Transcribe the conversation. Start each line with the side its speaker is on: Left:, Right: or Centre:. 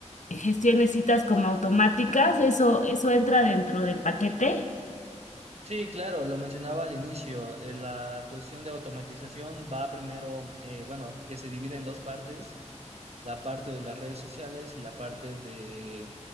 Left: gestione citas como automáticas. Eso eso entra dentro del paquete.
Right: Sí, claro, lo mencionaba al inicio. eh, la cuestión de automatización va primero, eh, bueno, que se divide en dos partes, la parte de las redes sociales y la parte de